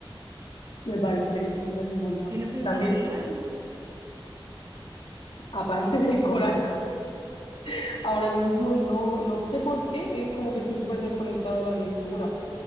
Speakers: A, on the left; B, on the right.
A: me parece bien, me parece un buen plan.
B: ¿Tienes pensado
A: También,
B: leer algo?
A: aparte del coral, <laughs> ahora mismo no, no sé por qué, es como que estoy súper desconectada de la lectura.